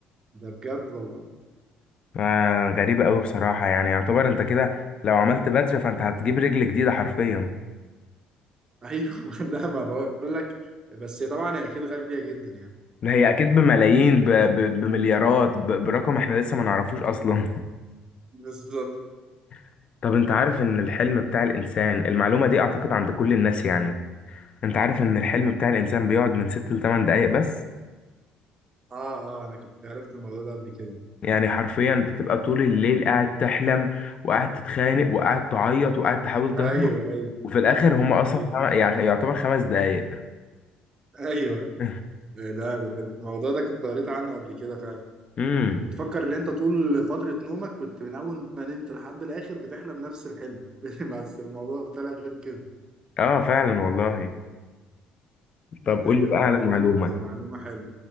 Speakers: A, on the right; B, on the left.
A: ده بجد والله
B: آه غريبه قوي بصراحه يعني يعتبر انت كده لو عملت بتر فانت هتجيب رجل جديده حرفيا
A: أيوه <laughs> لا ما بقول لك بس طبعا هي أكيد غالية جدا يعني
B: ده هي اكيد بملايين ب... ب... بمليارات ب... برقم احنا لسه ما نعرفوش اصلا
A: بالظبط
B: <laughs> طب انت عارف ان الحلم بتاع الانسان المعلومه دي اعتقد عند كل الناس يعني انت عارف ان الحلم بتاع الانسان بيقعد من 6 ل 8 دقائق بس
A: آه آه أنا كنت عرفت الموضوع ده قبل كده
B: يعني حرفيا انت تبقى طول الليل قاعد تحلم وقاعد تتخانق وقاعد تعيط وقاعد تحاول تهرب
A: أيوه أيوه
B: وفي الاخر هما اصلا
A: أيوه
B: خم... يعني يعتبر خمس دقايق
A: أيوه
B: <laughs>
A: إيه، لا ده في الموضوع ده كنت قريت عنه قبل كده فعلا
B: امم
A: انت بتفكر ان انت طول فترة نومك كنت من اول ما نمت لحد الاخر بتحلم نفس الحلم <laughs> بس الموضوع طلع غير كده
B: اه فعلا والله طب قول
A: ايوه
B: لي بقى
A: طب
B: على
A: انا اقول
B: معلومة
A: لك معلومة حلوة